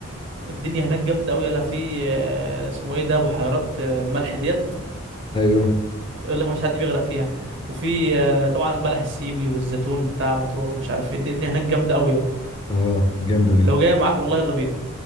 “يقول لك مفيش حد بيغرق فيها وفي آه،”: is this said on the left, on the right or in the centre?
Right